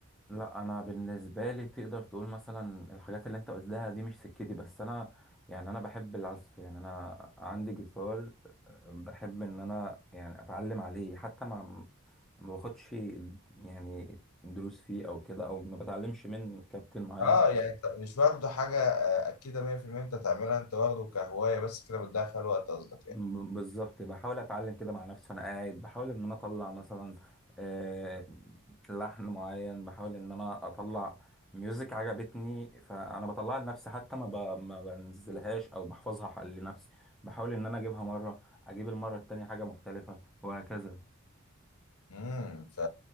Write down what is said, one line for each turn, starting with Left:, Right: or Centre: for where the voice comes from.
Centre: لا انا بالنسبه لي تقدر تقول مثلا الحاجات اللي انت قلتها دي مش سكتي بس انا يعني انا بحب العزف يعني انا عندي جيتار آه، بحب ان انا يعني اتعلم عليه حتى مع ما باخدش يعني دروس فيه او كده او ما بتعلمش من كابتن معين
Left: اه يعني انت مش واخده حاجة آه، أكيدة 100% أنت تعملها أنت واخده كهواية بس كده بتضيع فيها الوقت قصدك يعني
Centre: م- بالظبط بحاول اتعلم كده مع نفسي وانا قاعد بحاول ان انا اطلع مثلا آه، لحن معين بحاول ان انا اطلع ميوزك عجبتني فانا بطلعها لنفسي حتى ما, ب... ما بنزلهاش او بحفظها ح- لنفسي بحاول ان انا اجيبها مره اجيب المره التانية حاجه مختلفه وهكذا
Left: امم ف...